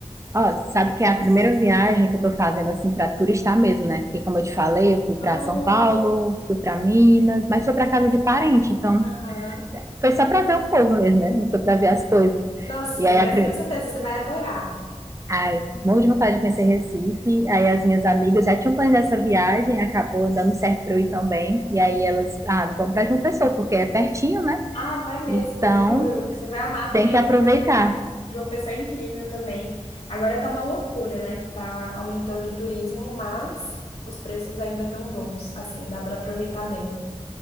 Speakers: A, on the right; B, on the left.
A: Ó, sabe que é a primeira viagem que eu tô fazendo assim para turistar mesmo, né? Porque como eu te falei, eu fui para
B: Oh,
A: São Paulo, fui para Minas, mas foi para casa de parente, então
B: aham.
A: foi só para ver o povo mesmo, né? Não foi para ver as coisas.
B: Nossa,
A: E aí
B: mas
A: a, pri-
B: tenho certeza, você vai adorar.
A: Ai, morro de vontade de conhecer Recife. Aí as minhas amigas já tinham planejado essa viagem, acabou dando certo para eu ir também. E aí elas, ah, vamos para João Pessoa, porque é pertinho, né?
B: Ah, vai mesmo,
A: Então
B: juro, você vai amar também.
A: tem que aproveitar.
B: De uma pessoa incrível também. Agora tá uma loucura, né? Que tá aumentando o turismo, mas os preços ainda tão bons. Assim, dá pra aproveitar bem.